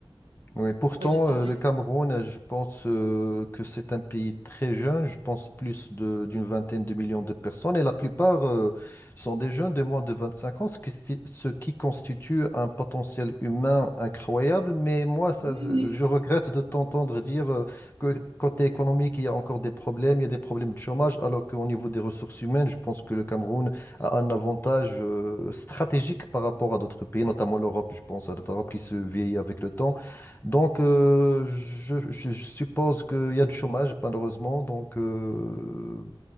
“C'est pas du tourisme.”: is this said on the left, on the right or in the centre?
Right